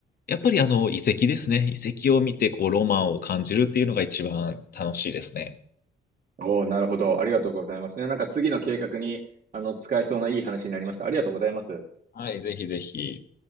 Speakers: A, on the left (about 50°); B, on the right (about 40°).
A: やっぱりあの、遺跡ですね。遺跡を見て、こう、ロマンを感じるっていうのが一番楽しいですね。
B: おおなるほど。ありがとうございますね。なんか次の計画に、あの、使えそうないい話になりました。ありがとうございます。
A: はい、ぜひぜひ。